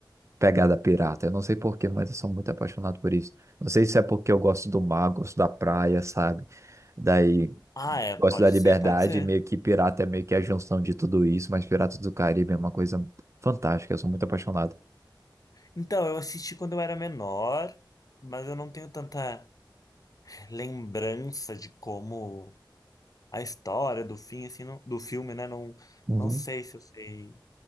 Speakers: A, on the right; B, on the left.
A: pegada pirata. Eu não sei porquê, mas eu sou muito apaixonado por isso. Não sei se é porque eu gosto do mar, gosto da praia, sabe? Daí,
B: Ah, é.
A: gosto
B: Pode
A: da liberdade,
B: ser, pode ser.
A: e meio que pirata é meio que a junção de tudo isso, mas Piratas do Caribe é uma coisa fantástica, eu sou muito apaixonado.
B: Então, eu assisti quando eu era menor, mas eu não tenho tanta lembrança de como a história do fim, assim, não- do filme, né? Não,
A: Uhum.
B: não sei se eu sei.